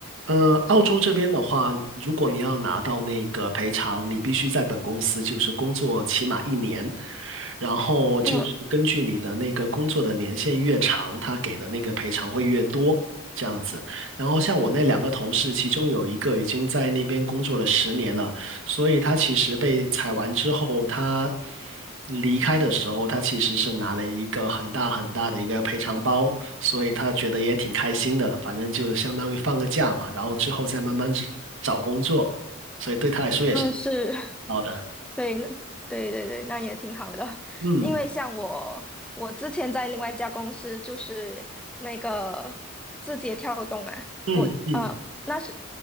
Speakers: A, on the right (about 70°); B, in the centre.
A: 呃，澳洲这边的话，如果你要拿到那个赔偿，你必须在本公司就是工作起码一年，然后就是根据你的那个工作的年限越长，
B: 嗯
A: 他给的那个赔偿会越多，这样子。然后像我那两个同事，其中有一个已经在那边工作了十年了，所以他其实被裁完之后，他离开的时候，他其实是拿了一个很大很大的一个赔偿包。所以他觉得也挺开心的，反正就相当于放个假嘛，然后之后再慢慢找找工作，所以对他来说也是
B: 嗯，是
A: 好的。
B: 对，那对对对，那也挺好的。<laughs>
A: 嗯
B: 因为像我，我之前在另外一家公司，就是那个字节跳动啊，
A: 嗯嗯，
B: 我呃，那是